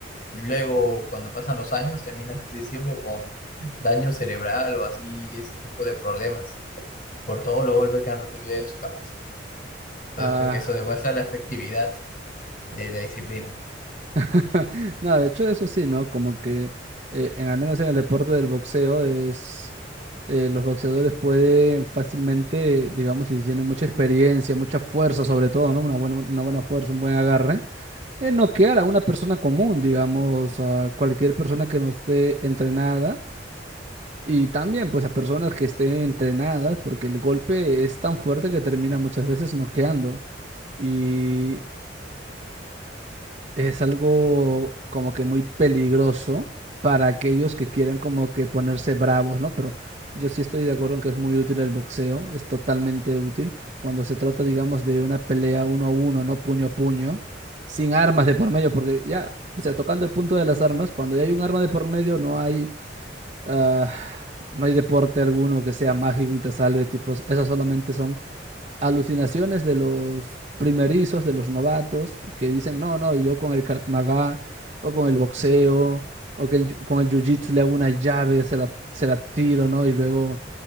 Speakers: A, on the left; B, on the right.
A: luego cuando pasan los años terminan casi siempre con daño cerebral o así, ese tipo de problemas por todos los golpes que han recibido en su cabeza. Entonces
B: Ah.
A: creo que eso demuestra la efectividad de la disciplina.
B: <laughs> No, de hecho eso sí, ¿no? Como que eh, en al menos en el deporte del boxeo es eh, los boxeadores pueden fácilmente, digamos, si tienen mucha experiencia, mucha fuerza sobre todo, ¿no? Una buena, una buena fuerza, un buen agarre, eh, noquear a una persona común, digamos, a cualquier persona que no esté entrenada y también pues a personas que estén entrenadas porque el golpe es tan fuerte que termina muchas veces noqueando. y es algo como que muy peligroso para aquellos que quieran como que ponerse bravos, ¿no? Pero yo sí estoy de acuerdo en que es muy útil el boxeo, es totalmente útil cuando se trata, digamos, de una pelea uno a uno, ¿no? Puño a puño, sin armas de por medio, porque ya, o sea, tocando el punto de las armas, cuando ya hay un arma de por medio, no hay, ah, no hay deporte alguno que sea mágico y te salve, tipos, esas solamente son alucinaciones de los primerizos, de los novatos, que dicen, no, no, yo con el Krav Maga, o con el boxeo, o que el yu- con el jiu-jitsu le hago una llave, se la, se la tiro, ¿no? Y luego,